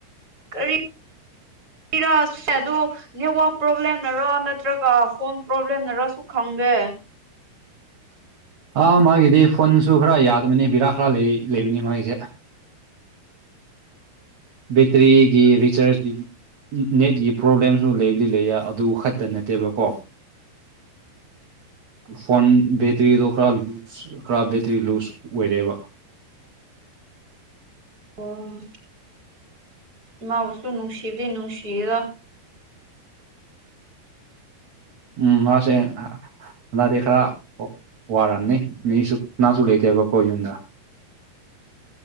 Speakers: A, on the right; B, on the right.
A: ꯀꯔꯤ ꯒꯤꯔ ꯅꯦꯠꯋꯛ ꯄ꯭ꯔꯣꯕ꯭ꯂꯦꯝꯅꯔ ꯅꯠꯇ꯭ꯔꯒ ꯐꯣꯟ ꯄ꯭ꯔꯣꯕ꯭ꯂꯦꯝꯅꯔꯁꯨ ꯈꯪꯗꯦ
B: ꯑꯥ ꯃꯥꯒꯤꯗꯤ ꯐꯣꯟꯁꯨ ꯈꯔ ꯌꯥꯗꯕꯅꯤ ꯕꯤꯔꯥ ꯈꯔ ꯂꯩꯕꯅꯤ ꯃꯥꯒꯤꯁꯦ ꯕꯦꯇ꯭ꯔꯤꯒꯤ ꯔꯤꯆꯥꯔꯖꯒꯤ ꯅꯦꯠꯀꯤ ꯄ꯭ꯔꯣꯕ꯭ꯂꯦꯝꯁꯨ ꯂꯩꯕꯨꯗꯤ ꯂꯩꯌꯦ ꯑꯗꯨ ꯈꯛꯇ ꯅꯠꯇꯦꯕꯀꯣ
A: <inaudible>
B: ꯐꯣꯟ ꯕꯦꯇ꯭ꯔꯤꯗꯣ ꯈꯔ ꯂꯨꯁ ꯈꯔ ꯕꯦꯇ꯭ꯔꯤ ꯂꯨꯁ ꯑꯣꯏꯔꯦꯕ
A: ꯑꯣ ꯏꯃꯥꯕꯨꯁꯨ ꯅꯨꯡꯁꯤꯕꯗꯤ ꯅꯨꯡꯁꯤꯗ
B: ꯎꯝ ꯃꯥꯁꯦ ꯅꯗꯤ ꯈꯔ ꯋꯥꯔꯝꯅꯤ ꯃꯤꯁꯨꯅꯥꯁꯨ ꯂꯩꯇꯦꯕꯀꯣ ꯌꯨꯝꯗ